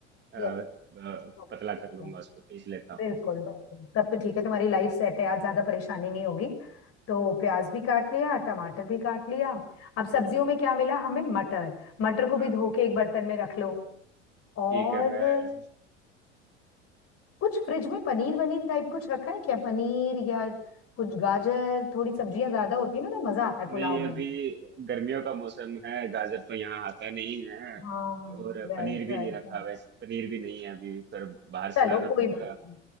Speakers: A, on the right; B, on the left.
A: अ,
B: यस
A: अ,
B: तो
A: पतला
B: ठीक
A: कर लूंगा
B: है
A: उसको पीस लेता
B: बिल्कुल
A: हूँ
B: बिल्कुल तब तो ठीक है तुम्हारी लाइफ सेट है आज ज्यादा परेशानी नहीं होगी तो प्याज भी काट लिया टमाटर भी काट लिया अब सब्जियों में क्या मिला हमें मटर मटर को भी
A: हाँ
B: धो के एक बर्तन में रख लो और
A: ठीक है मैं
B: कुछ फ्रिज में पनीर वनीर टाइप कुछ रखा है क्या पनीर या कुछ गाजर थोड़ी सब्जियां ज्यादा होती है ना तो मजा आता है पुलाव
A: नहीं
B: में
A: अभी गर्मियों का मौसम है गाजर तो यहाँ आता नहीं है
B: हाँ
A: और
B: राइट
A: पनीर भी
B: राइट
A: नहीं रखा
B: राइट
A: वैसे पनीर भी नहीं है अभी पर बाहर
B: चलो
A: से लाना
B: कोई
A: पड़ेगा
B: बात नहीं